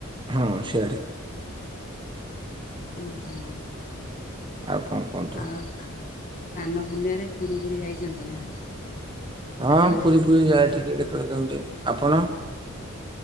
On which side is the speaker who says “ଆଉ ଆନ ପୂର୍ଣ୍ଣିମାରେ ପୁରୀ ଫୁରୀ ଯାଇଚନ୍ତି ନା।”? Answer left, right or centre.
Left